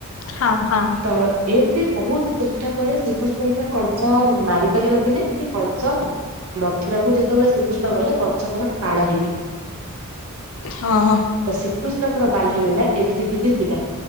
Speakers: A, on the left (about 70°); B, on the right (about 80°).
A: ହଁ ହଁ।
B: ତ ଏମିତି ବହୁତ ଚେଷ୍ଟା କରେ ଶ୍ରୀ କୃ ଷ୍ଣଙ୍କୁ କଂସ ମାରି ପାରିନଥିଲେ କି କଂସ ମଥୁରା କୁ ଯେତେବେଳେ ଶ୍ରୀକୃଷ୍ଣ ଗଲେ କଞ୍ଚକର କାଳ ହେଇକି ଯାଇଥି
A: ହଁ।
B: ତ ଶ୍ରୀକୃଷ୍ଣଙ୍କର ବାଲ୍ୟ ଲୀଳା ଏମିତି କିଛି ଥିଲା